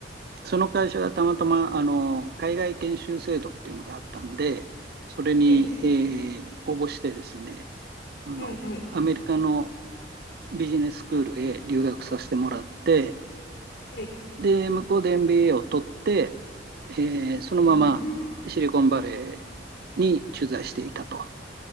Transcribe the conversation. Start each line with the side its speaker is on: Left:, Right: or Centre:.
Right: その会社がたまたまあの海外研修制度っていうのがあったんで、それに、
Left: はい。
Right: えー応募してですねあの、
Left: はい。はい。
Right: アメリカのビジネススクールへ留学させてもらって、
Left: はい。
Right: で、向こうで MBA を取って、えーそのままシリコンバレーに駐在していたと
Left: うーん。